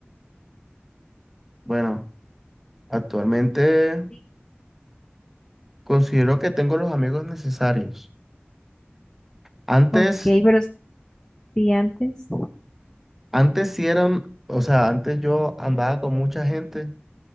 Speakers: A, in the centre; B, on the left (about 20°).
A: Bueno. Actualmente
B: Sí.
A: considero que tengo los amigos necesarios. Antes,
B: Ok, pero si antes,
A: antes sí eran, o sea, antes yo andaba con mucha gente,